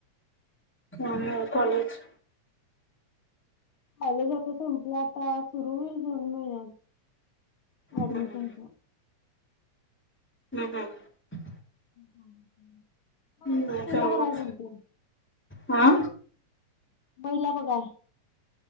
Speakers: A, in the centre; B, on the left.
A: म कॉलेज..
B: कॉलेज आता संपलं,, आता सुरू होईल जून महिन्यात.. अऍडमिशनचा..
A: हम्म हम्म, हम् ह,
B: मार्च
A: नाही
B: महिना त
A: मग.
B: काय किलतीस..
A: हा,
B: महिला बघाय,,,